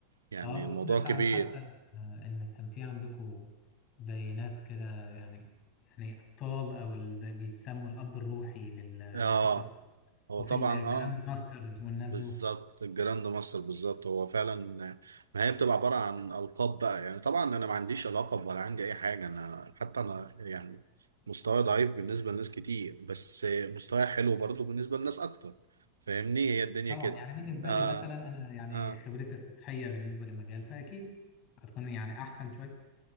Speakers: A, on the right; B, on the left.
A: يعني
B: اه وسمعت
A: الموضوع كبير
B: عن حتى آه، ان كان في عندكم زي ناس كده يعني يعني ابطال او ال- زي بيتسموا الاب الروحي لل-
A: اه
B: للشطر
A: هو
B: وفي
A: طبعا
B: الجراند
A: اه
B: ماستر والناس
A: بالظبط
B: دول
A: الجراند ماستر بالظبط هو فعلا ما هي بتبقى عباره عن القاب بقى يعني طبعا انا ما عنديش لقب ولا عندي اي حاجه انا حتى انا يعني مستواي ضعيف بالنسبه لناس كتير بس مستواي حلو برضو بالنسبه لناس اكتر فاهمني هي الدنيا
B: طبعا
A: كده
B: يعني بالنسبه
A: آه
B: لي مثلا انا يعني
A: آه
B: خبرتي السطحيه بالنسبه للمجال فاكيد هتكون يعني احسن شويه